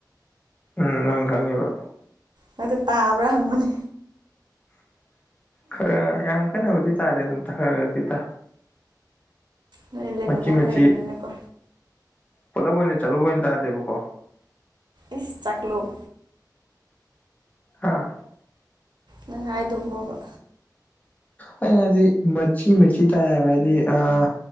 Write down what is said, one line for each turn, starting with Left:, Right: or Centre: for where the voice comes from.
Left: ꯎꯝ ꯅꯪ ꯈꯪꯉꯤꯏꯕ
Right: ꯅꯠꯇꯦ ꯇꯥꯕ꯭ꯔꯥ ꯍꯪꯕꯅꯦ
Left: ꯈꯔ ꯌꯥꯝ ꯀꯥꯟꯅꯕꯨꯗꯤ ꯇꯥꯗꯦ ꯑꯗꯨꯝ ꯈꯔ ꯈꯔꯗꯤ ꯇꯥꯏ
Right: ꯅꯣꯏ ꯂꯤꯟ
Left: ꯃꯆꯤ
Right: ꯃꯌꯥꯝ
Left: ꯃꯆꯤ
Right: ꯂꯩꯕꯅꯤꯅꯀꯣ
Left: ꯄꯨꯂꯞ ꯑꯣꯏꯅ ꯆꯠꯂꯨꯕ ꯑꯣꯏꯅ ꯇꯥꯗꯦꯕꯀꯣ
Right: ꯏꯁ ꯆꯥꯛꯂꯨꯞ
Left: ꯑꯥ
Right: ꯅꯪ ꯍꯥꯏꯗꯨꯕꯨꯕ
Left: ꯑꯩꯩꯅ ꯍꯥꯏꯗꯤ ꯃꯆꯤ ꯃꯆꯤ ꯇꯥꯏ ꯍꯥꯏꯕ ꯍꯥꯏꯗꯤ ꯑꯥ